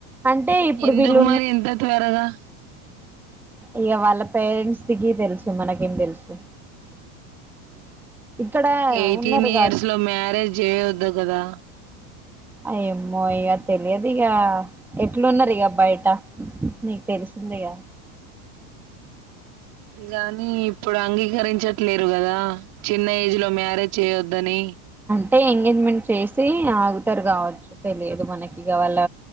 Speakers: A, in the centre; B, on the right.
A: అంటే ఇప్పుడు
B: ఎందుకు
A: వీళ్ళు
B: మరి ఇంత త్వరగా
A: ఇగ వాళ్ళ పేరెంట్స్ దికి తెలుసు మనకేం తెలుసు ఇక్కడ
B: ఎయిటీన్
A: ఉన్నారుగా
B: ఇయర్స్ లో మ్యారేజ్ చేయొద్దు కదా
A: ఏమో ఇక తెలియదు ఇక ఎట్లున్నారు ఇక బయట నీకు తెలిసిందిక
B: ఇగ ఇప్పుడు అంగీకరించట్ లేరు కదా చిన్న ఏజ్ లో మ్యారేజ్ చేయొద్దని
A: అంటే ఎంగేజ్మెంట్ చేసి ఆగుతారు గావచ్చు తెలియదు మనకి ఇక వాళ్ళ